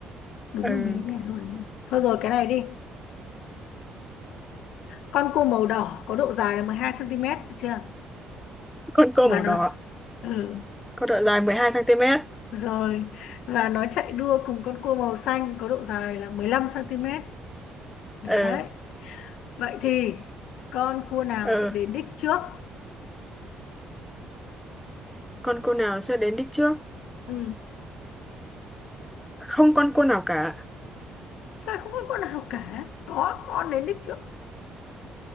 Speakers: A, on the left; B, in the centre.
A: đúng
B: ừ.
A: là mình đã nghe ở đâu đấy rồi thôi rồi cái này đi con cua màu đỏ có độ dài là 12 cm được chưa
B: con cô
A: và
B: màu
A: nó
B: đỏ
A: ừ.
B: có độ dài 12 cm
A: rồi và nó chạy đua cùng con cua màu xanh có độ dài là 15 cm đấy
B: ừ
A: vậy thì con cua nào
B: ừ
A: sẽ đến đích trước
B: con cô nào sẽ đến đích trước
A: ừ.
B: không con cô nào cả
A: sao không có con nào cả có con đến đích trước